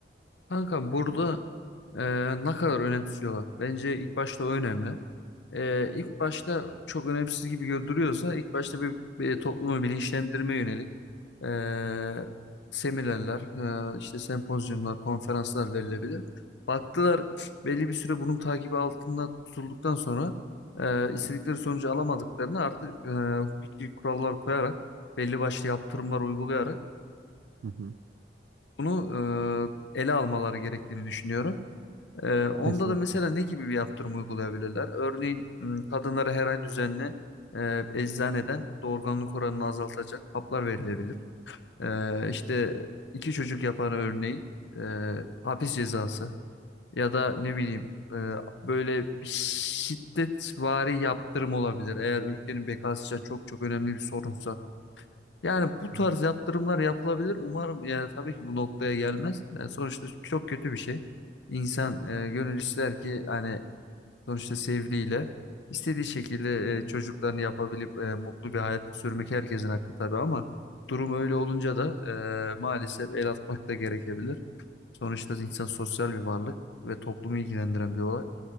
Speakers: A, on the left; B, on the right.
A: Kanka burada e, ne kadar önemsiyorlar? Bence ilk başta o önemli. E, ilk başta çok önemsiz gibi görünüyorsa ilk başta bir, bir toplumu bilinçlendirmeye yönelik e, seminerler, e, işte sempozyumlar, konferanslar verilebilir. Baktılar belli bir süre bunun takibi altında tutulduktan sonra e, istedikleri sonucu alamadıklarını artık e, hukuki kurallar koyarak belli başlı yaptırımlar uygulayarak
B: Hı hı.
A: bunu e, ele almaları gerektiğini düşünüyorum. E, onda
B: Kesinlikle.
A: da mesela ne gibi bir yaptırım uygulayabilirler? Örneğin m, kadınlara her ay düzenli e, eczaneden doğurganlık oranını azaltacak haplar verilebilir. E, işte iki çocuk yapan örneğin e, hapis cezası ya da ne bileyim e, böyle bir şiddetvari yaptırım olabilir. Eğer ülkenin bekası için çok çok önemli bir sorunsa. Yani bu tarz
B: Hı hı.
A: yatırımlar yapılabilir. Umarım ya tabii ki bu noktaya gelmez. E, sonuçta çok kötü bir şey. İnsan e, gönül ister ki hani sonuçta sevdiğiyle istediği şekilde e, çocuklarını yapabilip e, mutlu bir hayat sürmek herkesin hakkı tabii ama durum öyle olunca da e, maalesef el atmak da gerekebilir. Sonuçta insan sosyal bir varlık ve toplumu ilgilendiren bir olay.